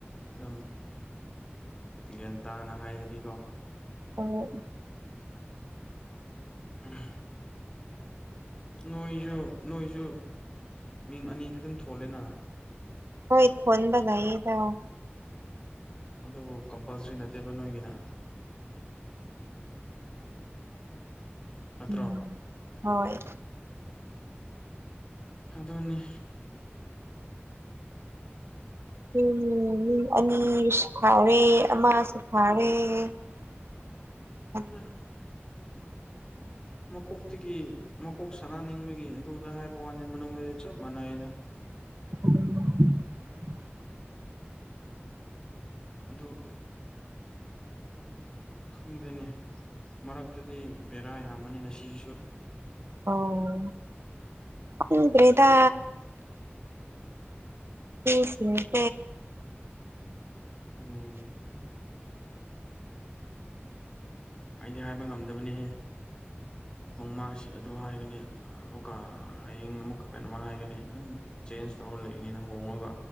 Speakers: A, on the left; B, on the right.
A: ꯑꯗꯨꯝ ꯒ꯭ꯌꯥꯟꯇꯥꯥꯅ ꯍꯥꯏꯔꯗꯤꯀꯣ
B: ꯑꯣ
A: ꯎꯝ ꯅꯣꯏꯁꯨ ꯅꯣꯏꯁꯨ ꯃꯤꯡ ꯑꯅꯤꯗꯤ ꯑꯗꯨꯝ ꯊꯣꯂꯦꯅ꫰
B: ꯍꯣꯏ ꯊꯣꯟꯕ ꯂꯩ ꯌꯦꯗ꯫
A: ꯑꯗꯨꯕꯨ ꯀꯝꯄꯜꯁꯔꯤ ꯅꯠꯇꯦꯕ ꯅꯣꯏꯒꯤꯅ꫰ ꯅꯠꯇ꯭ꯔꯣ?
B: ꯎꯝ ꯍꯣꯏ
A: ꯑꯗꯨꯅꯤ꫰
B: ꯎꯝ ꯑꯅꯤꯁꯨ ꯐꯥꯎꯔꯦ ꯑꯃꯁꯁꯨ ꯐꯥꯔꯦ <inaudible>
A: ꯑ <unintelligible>
B: <inaudible> <inaudible>
A: ꯃꯀꯣꯛꯇꯒꯤ ꯃꯀꯣꯛ ꯁꯥꯅꯅꯤꯡꯕꯒꯤ ꯑꯗꯨꯗ ꯍꯥꯏꯕ ꯋꯥꯅꯤ ꯃꯅꯨꯡꯗꯗꯤ ꯆꯞ ꯃꯥꯟꯅꯩꯗ
B: <inaudible> <unintelligible>
A: ꯑꯗꯨ <unintelligible> ꯈꯪꯗꯦꯅꯦ ꯃꯔꯛꯇꯗꯤ ꯕꯦꯔꯥ ꯌꯥꯝꯕꯅꯤꯅ ꯁꯤꯒꯤꯁꯨ
B: ꯑꯣ ꯈꯪꯗ꯭ꯔꯦꯗꯥ ꯃꯤꯁꯤꯡꯁꯦ
A: ꯎꯝ ꯑꯩꯗꯤ ꯍꯥꯏꯕ ꯉꯝꯗꯕꯅꯤꯍꯦ ꯅꯣꯡꯃꯁꯤ ꯑꯗꯨ ꯍꯥꯏꯒꯅꯤ ꯑꯃꯨꯛꯀ ꯍꯌꯦꯡ ꯑꯃꯨꯛꯀ ꯀꯩꯅꯣꯃ ꯍꯥꯏꯒꯅꯤ ꯑꯗꯨꯝ ꯆꯦꯟꯖ ꯇꯧꯔ ꯂꯩꯅꯤꯅ ꯍꯣꯡꯉꯒ